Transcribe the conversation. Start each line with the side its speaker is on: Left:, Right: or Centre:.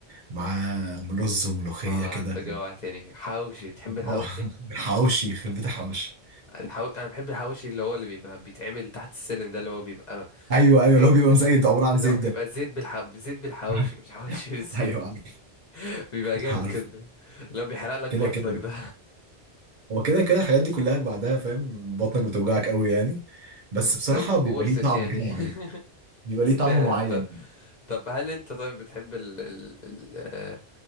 Right: مع رز وملوخية
Left: اه
Right: كده
Left: انت جوعتني حواوشي بتحب الحواوشي
Right: اه <laughs> حواوشي يخرب بيت الحواوشي
Left: الحو... انا بحب الحواوشي اللي هو اللي بيبقى بيتعمل تحت السلم ده اللي هو بيبقى
Right: أيوه أيوه
Left: زيت
Right: لو بيبقى
Left: اللي
Right: مزيت عبارة عن
Left: اللي
Right: زيت
Left: هو
Right: ده
Left: بيبقى زيت بالح... زيت بالحواوشي
Right: <laughs>
Left: مش حواوشي بالزيت
Right: أيوه عارف
Left: <laughs> بيبقى جامد
Right: عارف
Left: كده اللي هو بيحرق لك
Right: كده
Left: بطنك
Right: كده
Left: ده
Right: هو كده كده الحاجات دي كلها بعدها فاهم بطنك بتوجعك قوي يعني بس
Left: <laughs> بس
Right: بصراحة
Left: ورثت
Right: بيبقى ليه طعم
Left: يعني
Right: كده معين بيبقى
Left: <laughs> تستاهل
Right: ليه طعم معين
Left: آه. طب هل انت طيب بتحب ال... ال... ال... آه،